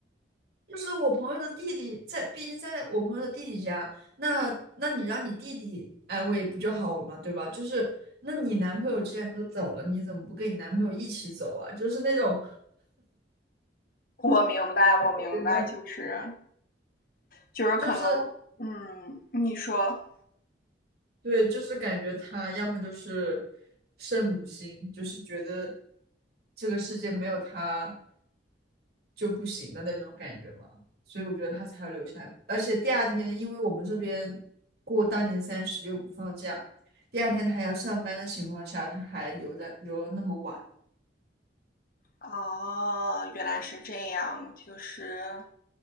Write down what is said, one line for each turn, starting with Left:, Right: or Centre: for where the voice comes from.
Right: 就是我朋友的弟弟在，毕竟在我朋友的弟弟家，那那你让你弟弟安慰不就好了嘛，对吧？就是那你男朋友既然都走了，你怎么不跟你男朋友一起走啊？就是那种，
Left: 我明白，我明白，
Right: <laughs>
Left: 就是就是可能，
Right: 就是。
Left: 嗯，你说
Right: 对，就是感觉他要么就是圣母心，就是觉得这个世界没有他就不行的那种感觉嘛，所以我觉得他才要留下来。而且第二天，因为我们这边过大年三十又不放假，第二天他还要上班的情况下，他还留在留了那么晚，
Left: 哦，原来是这样，就是，